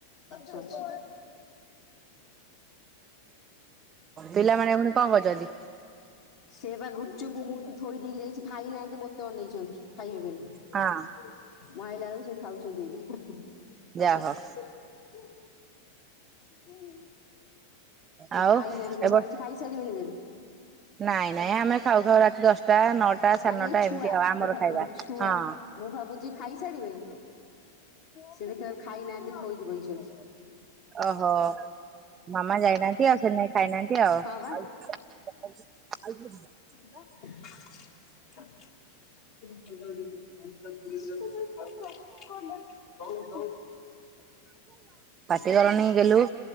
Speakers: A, on the left; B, on the right.
A: ଛୋ ଛ
B: ପିଲାମାନେ ପୁଣି କଣ କରୁଛନ୍ତି?
A: ସିଏ ବା ଗୁପୁଚୁପ ମୁଁ ଥୋଇ ଦେଇକି ଯାଇଛି ଖାଇନାହାନ୍ତି ମତେ ଅନେଇଛନ୍ତି ଖାଇବେ ବେଲି
B: ହଁ
A: ମୁଁ ଆଇଲା ବେଳକୁ ସବୁ ଖାଉଛନ୍ତି ଏଇକିନା। ବସ
B: ଯା
A: ଏଇଠି।
B: ହଉ
A: ସେ
B: ଆଉ
A: ଖାଇ ନାହାନ୍ତି ମୁଁ
B: ଏ
A: ଭାବୁଛି ଖାଇ ସାରିବେଣି ବେଲି
B: ନାଇଁ ନାଇଁ ଆମେ ଖାଉ ଖାଉ ରାତି ଦଶଟା ନଅଟା ସାଢେ
A: ନାଇଁ
B: ନଅଟା
A: ଏଇ ଛୁଆ
B: ଏମିତି ଆଉ ଆମର
A: ମୁଁ
B: ଖାଇବା।
A: ଛୁଆ
B: ହଁ
A: ମୁଁ ଭାବୁଛି ଖାଇ ସାରିବେଣି ସେ ଦେଖିଲା ବେଳକୁ ଖାଇନାହାନ୍ତି ଥୋଇକି ବଇଛନ୍ତି।
B: ଓହୋ ମାମା ଯାଇନାହାନ୍ତି ଆଉ ସେଥିପାଇଁ ଖାଇନାହାନ୍ତି ଆଉ।
A: ହଁ ବା।
B: <inaudible>
A: <inaudible> <inaudible>
B: ପାଟି କରନି ଗେଲୁ।